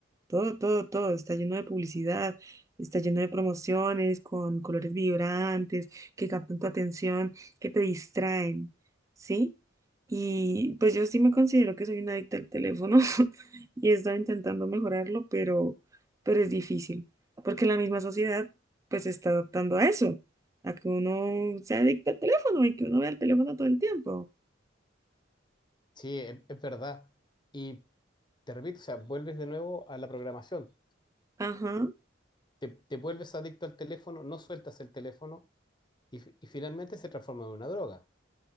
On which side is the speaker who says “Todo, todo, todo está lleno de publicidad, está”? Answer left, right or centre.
Right